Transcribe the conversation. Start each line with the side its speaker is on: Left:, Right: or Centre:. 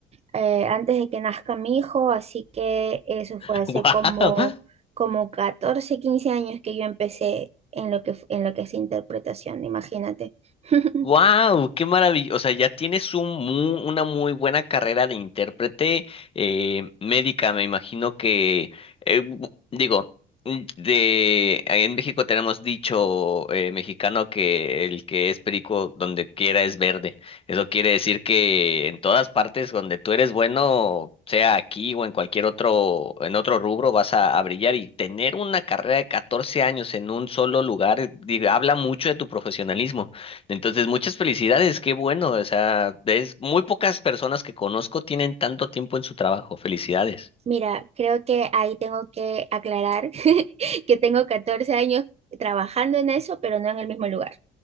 Right: eh, antes de que nazca mi hijo, así que eso
Left: <laughs>
Right: fue hace
Left: ¡Wow!
Right: como, como 14 15 años que yo empecé en lo que, fu- en lo que es interpretación, imagínate. <laughs>
Left: Wow, qué maravilla. O sea, ya tienes un mu- una muy buena carrera de intérprete eh, médica. Me imagino que, eh, bu- digo, mm, de en México tenemos dicho eh, mexicano que el que es perico donde quiera es verde. Eso quiere decir que en todas partes donde tú eres bueno, sea aquí o en cualquier otro, en otro rubro, vas a, a brillar y tener una carrera de 14 años en un solo lugar, eh, diga, habla mucho de tu profesionalismo. Entonces, muchas felicidades, qué bueno. O sea, es muy pocas personas que conozco tienen tanto tiempo en su trabajo. Felicidades.
Right: Mira, creo que ahí tengo que aclarar <laughs> que tengo 14 años trabajando en eso, pero no en el mismo lugar.